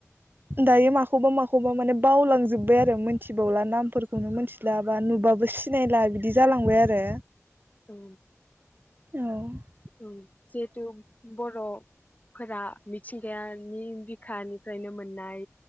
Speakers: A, on the right (about 40°); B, on the left (about 30°).
A: दायो माखौबा माखौबा माने बावलांजोब्बाय आरो मोनथिबावला नामफोरखौनो मोनथिला बा नुबाबो सिनायला बिदि जालांबाय आरो।
B: ओ।
A: औ।
B: जिहेथु बर'फोरा। मिथिंगानि बिखानिफ्रायनो मोननाय।